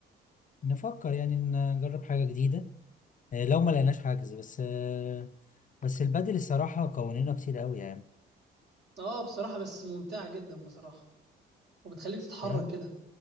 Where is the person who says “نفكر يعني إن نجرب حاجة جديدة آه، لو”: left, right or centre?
Left